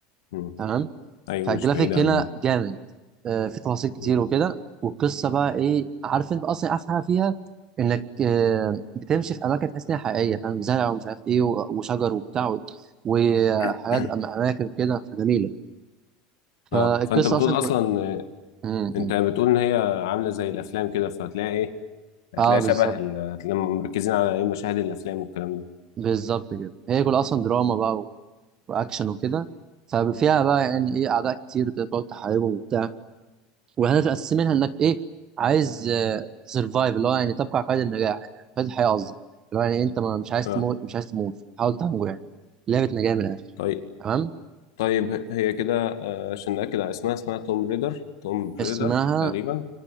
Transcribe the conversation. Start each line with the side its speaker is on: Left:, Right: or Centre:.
Left: مم.
Right: تمام
Left: ايوه
Right: فالجرافيك
Left: مش بعيده قوي
Right: هنا
Left: اه
Right: جامد آه، في تفاصيل كتير
Left: مم.
Right: وكده والقصه بقى ايه عارف انت اصلا احسن حاجه فيها انك آه، بتمشي في اماكن تحس انها حقيقيه فاهم زرع ومش عارف ايه و- وشجر وبتاع و- وحاجات
Left: <clears throat>
Right: أما- اماكن وكده فجميله فالقصه
Left: اه فانت بتقول
Right: اصلا كل...
Left: اصلا آه،
Right: مم،
Left: انت
Right: مم.
Left: بتقول ان هي عامله زي الافلام كده فهتلاقي ايه هتلاقي
Right: اه بالظبط
Left: شبه ال- هتلاقي مركزين على ايه مشاهد الافلام والكلام ده
Right: بالظبط كده هي كل اصلا دراما بقى و- واكشن وكده ففيها بقى يعني ايه اعداء كتير كده بتقعد تحاربهم وبتاع وهدف منها انك ايه عايز سرفايف اللي هو يعني تبقى على قيد النجاح قيد الحياه قصدي اللي هو يعني انت ما- مش عايز
Left: اه
Right: تموت مش عايز تموت حاول تنجو يعني لعبه نجاه من الاخر
Left: طيب
Right: تمام
Left: طيب هي كده آه، عشان نأكد على اسمها اسمها توم ريدر توم ريدر
Right: اسمها
Left: تقريبا